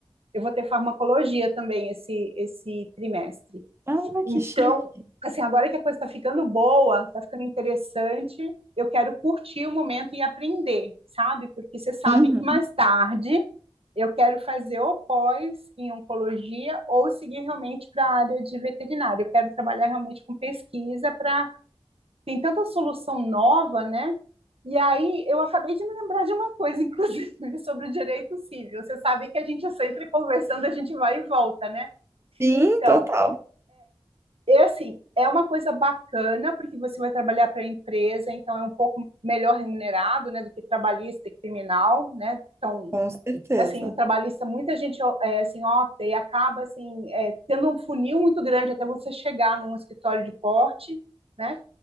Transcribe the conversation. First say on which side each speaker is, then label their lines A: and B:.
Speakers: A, on the right; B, on the right.
A: eu vou ter farmacologia também esse esse trimestre.
B: Ah,
A: Então,
B: que chique.
A: assim, agora que a coisa está ficando boa, está ficando interessante, eu quero curtir o momento e aprender, sabe? Porque você sabe
B: Uhum.
A: que mais tarde eu quero fazer ou pós em oncologia ou seguir realmente para a área de veterinária. Eu quero trabalhar realmente com pesquisa para tem tanta solução nova, né? E aí eu acabei de me lembrar de uma coisa, <laughs> inclusive, sobre o direito civil. Você sabe que a gente é sempre conversando, a gente vai e volta, né?
B: Sim,
A: Então,
B: total.
A: é assim, é uma coisa bacana porque você vai trabalhar para a empresa, então é um pouco melhor remunerado, né, do que trabalhista e criminal, né? Então,
B: Com certeza.
A: assim, o trabalhista, muita gente é, assim, opta e acaba assim, é, tendo um funil muito grande até você chegar num escritório de porte, né?